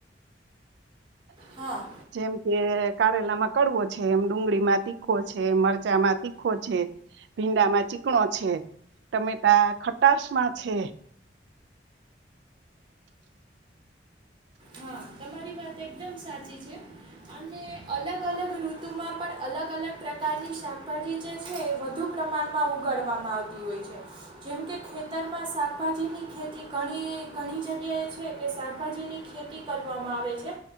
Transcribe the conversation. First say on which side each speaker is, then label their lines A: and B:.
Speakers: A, on the right; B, on the right.
A: હા
B: જેમ કે કારેલા માં કડવો છે એમ ડુંગળીમાં તીખો છે મરચામાં તીખો છે ભીંડામાં ચીકણો છે ટમેટા ખટાસમાં છે.
A: હા તમારી વાત એકદમ સાચી છે અને અલગ-અલગ ઋતુમાં પણ અલગ અલગ પ્રકારની શાકભાજી જે છે એ વધુ પ્રમાણમાં ઉગાડવામાં આવતી હોય છે જેમ કે ખેતરમાં શાકભાજીની ખેતી ઘણી ઘણી જગ્યાએ છે કે શાકભાજીની ખેતી કરવામાં આવે છે